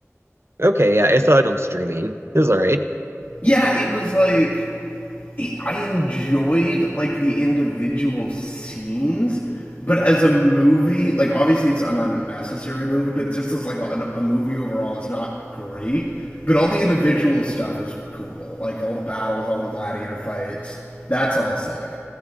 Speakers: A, on the right; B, on the left.
A: Okay, yeah, I saw it on streaming. It was all right.
B: Yeah, it was like I enjoyed like the individual scenes, but as a movie, like obviously it's an unnecessary movie, but just as like a, a movie overall, it's not great. But all the individual stuff is cool, like all the battles, all the gladiator fights. That's all sick,